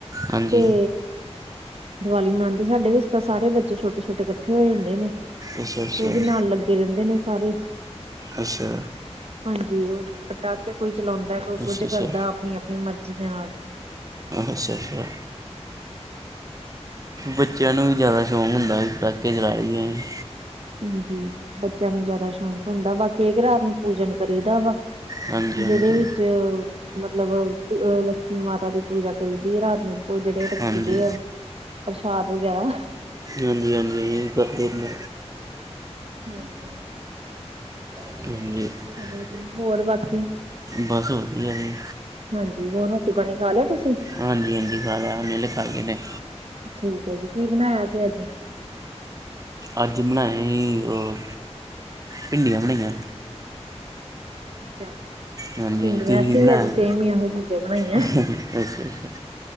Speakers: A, on the right (about 30°); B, on the right (about 60°).
A: ਹਾਂਜੀ
B: ਤੇ ਦਵਾਲੀ ਮਨਾਦੇ ਸਾਡੇ ਵੀ ਅਸੀ ਤਾ ਸਾਰੇ ਬੱਚੇ ਛੋਟੇ-ਛੋਟੇ ਕੱਠੇ ਹੋਏ ਜਾਂਦੇ ਨੇ, ਤੇ
A: ਅੱਛਾ ਅੱਛਾ
B: ਓਵੀ ਨਾਲ ਲੱਗ <unintelligible> ਰੇਂਦੇ ਨੇ ਸਾਰੇ
A: ਅੱਛਾ
B: ਹਾਂਜੀ, ਓ ਪਟਾਕੇ ਕੋਈ ਚਲੋਂਦਾ ਕੋਈ
A: ਅੱਛਾ
B: ਕੁੱਜ ਕਰਦਾ
A: ਅੱਛਾ
B: ਆਪਨੀ, ਆਪਨੀ ਮਰਜ਼ੀ ਦੇ ਨਾਲ
A: ਅੱਛਾ, ‌ ਅੱਛਾ। ਬੱਚੇਆਂ ਨੂੰ ਈ ਜਾਦਾ ਸ਼ੋਕ ਹੁੰਦਾ ਅਹੀ ਪਟਾਕੇ ਚਲਾ ਲੀਏ
B: ਹਾਂਜੀ, ਬੱਚੇਆਂ ਨੂੰ ਜਾਦਾ ਸ਼ੋਕ ਹੁੰਦਾ ਵਾ, ਕੇਕ ਰਾਤ ਨੂੰ ਪੂਜਨ ਕਰੀਦਾ ਵਾ।
A: ਹਾਂਜੀ ਹਾਂਜੀ
B: ਜੇੜੇ ਵਿੱਚ ਮਤਲਬ ਅ ਲੱਕਸ਼ਮੀ ਮਾਤਾ ਦੀ ਪੂਜਾ ਕਰੀਦੀ ਏ ਰਾਤ ਨੂੰ ਓ ਜੇੜੇ ਰੱਖੀ
A: ਹਾਂਜੀ
B: ਦੇ ਆ, ਪ੍ਰਸ਼ਾਦ ਵਗੈਰਾ।
A: ਹਾਂਜੀ, ਹਾਂਜੀ ਕਰਦੇ ਏਨਾ
B: <inaudible>
A: <unintelligible>
B: ਚਲੋ ਹੋਰ ਬਾਕੀ?
A: ਬਸ ਵਧੀਆ ਜੀ।
B: ਹਾਂਜੀ ਹੋਰ ਰੋਟੀ-ਪਾਣੀ ਖਾ ਲਿਆ ਤੁਸੀਂ?
A: ਹਾਂਜੀ-ਹਾਂਜੀ <unintelligible>
B: ਠੀਕ ਅ ਜੀ ਕੀ ਬਣਾਇਆ ਸੀ ਅੱਜ?
A: ਅੱਜ ਬਣਾਇਆ ਹੀ ਆ ਭਿੰਡੀਆਂ ਬਣਾਈਆਂ।
B: ਅੱਛਾ।
A: ਹਾਂਜੀ-ਹਾਂਜੀ
B: ਭਿੰਡੀਆਂ
A: ਤੁਸੀਂ
B: ਅਸੀਂ
A: ਕੀ
B: ਵੀ
A: ਬਣਾਇਆ
B: ਅੱਜ ਸੇਮ ਹੀ ਇਹੋ ਚੀਜ਼ਾਂ ਬਣਾਈਆਂ
A: ਅੱਛਾ-ਅੱਛਾ।